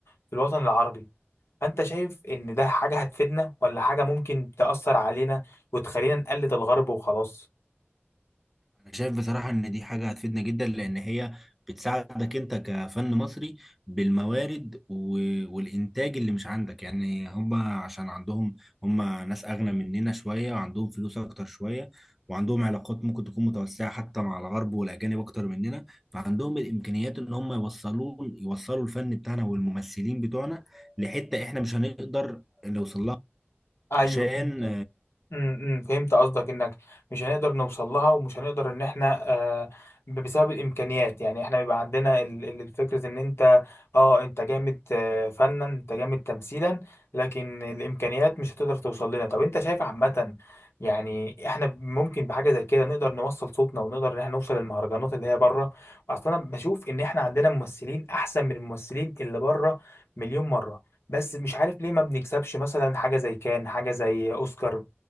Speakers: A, on the left; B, in the centre.
A: في الوطن العربي فانت شايف ان ده حاجه هتفيدنا ولا حاجه ممكن تاثر علينا وتخلينا نقلد الغرب وخلاص
B: انا شايف بصراحة ان دي حاجة هتفيدنا جدا لان هي بتساعدك انت كفن مصري بالموارد و- والانتاج اللي مش عندك يعني هم عشان عندهم هم ناس اغنى مننا شوية وعندهم فلوس اكتر شوية وعندهم علاقات ممكن تكون متوسعة حتى مع الغرب والاجانب اكتر مننا فعندهم الامكانيات ان هم يوصلون يوصلوا الفن بتاعنا والممثلين بتوعنا لحتة احنا مش هنقدر نوصل لها
A: ايوه
B: عشان
A: امم امم، فهمت قصدك انك مش هنقدر نوصل لها ومش هنقدر ان احنا آه، ب- بسبب الامكانيات يعني احنا بيبقى عندنا ال- ال- الفكره ان انت اه انت جامد آه، فنا انت جامد تمثيلا لكن الامكانيات مش هتقدر توصل لنا طب انت شايف عامه يعني احنا ممكن بحاجه زي كده نقدر نوصل صوتنا ونقدر ان احنا نوصل للمهرجانات اللي هي بره اصلا انا بشوف ان احنا عندنا ممثلين احسن من الممثلين اللي بره مليون مره بس مش عارف ليه ما بنكسبش مثلا حاجة زي كان حاجة زي أوسكار